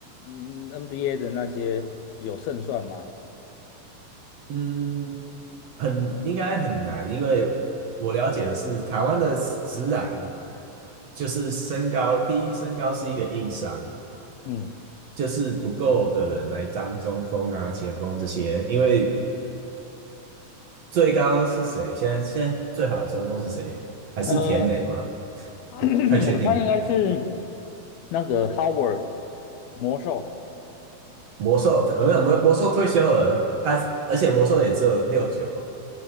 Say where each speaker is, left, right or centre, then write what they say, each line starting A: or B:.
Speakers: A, on the left (about 85°); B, on the right (about 50°).
A: 嗯 NBA 的那些有胜算吗？
B: 嗯，很应该很难，因为我了解的是台湾的职篮就是身高，第一身高是一个硬伤，
A: 嗯，
B: 就是不够的人来当中锋啊、前锋这些，因为最高是谁？现在现在最好的中锋是谁？还是田磊吗？
A: 呃，<clears throat>
B: 太确定。
A: 我猜应该是那个 Howard 魔兽
B: 魔兽呃没有魔魔兽退休了，他而且魔兽也只有六九